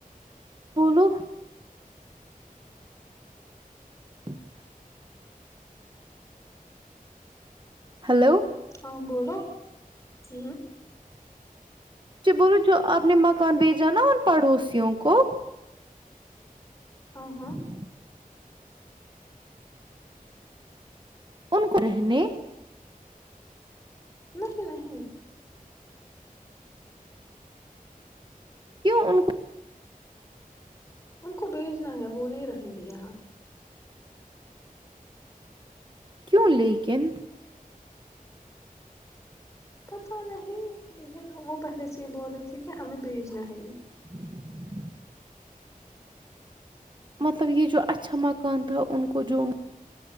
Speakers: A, on the right (about 30°); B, on the left (about 20°).
A: بولو ہچ <inaudible> ہلو
B: ہاں بولو ہ
A: مھے بولو جو آپ نے مکان بھیجا نا ان پڑوسیوں کو ہ
B: ہاں ہاں
A: <inaudible> ان کو رہنے
B: نہیں نہیں
A: کیوں ان کو
B: ان کو بھیجنا ہے وہ نہیں رہیں گے یہاں
A: کیوں لیکن
B: پت نہیں لیکن وہ پہلے سے یہ بول رہے تھے کہ ہمیں بھیجنا ہے یہ
A: <inaudible> مطلب یہ جو اچھا مکان تھا ان کو جو